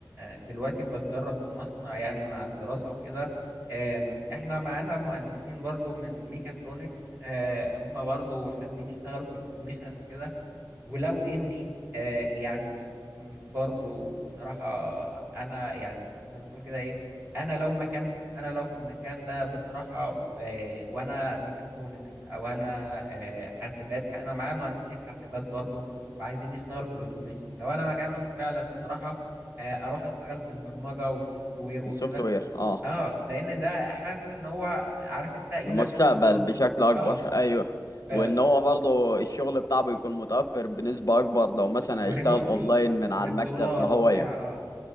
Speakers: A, on the right (about 25°); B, on the left (about 50°).
A: دلوقتي بتدرب في مصنع يعني مع الدراسه وكده آم، احنا معانا مهندسين برضو من ميكاترونكس آه، هم برضو حابين يشتغلوا في الاوتوميشن وكده ولو اني آه يعني م- برضو بصراحة انا يعني زي ما تقول كده ايه انا لو مكانهم انا لو في المكان ده بصراحة آه وانا ميكاترونكس او انا آه حاسبات انا معايا مهندسين حاسبات برضو وعايزين يشتغلوا في الاوتوميشن لو انا مكانهم فعلا بصراحة آه اروح اشتغل في البرمجة والسوفت وير وكده
B: السوفت وير اه
A: اه لان ده حاسس ان هو عارف انت يناسب
B: المستقبل
A: قدراتي
B: بشكل اكبر
A: اه,
B: ايوه
A: آه
B: وان هو برضه الشغل بتاعه بيكون متوفر بنسبة اكبر لو مثلا
A: وريموتلي
B: هيشتغل اونلاين من
A: وبالدولار
B: على المكتب ما
A: وبتاع
B: هو ايوه
A: اه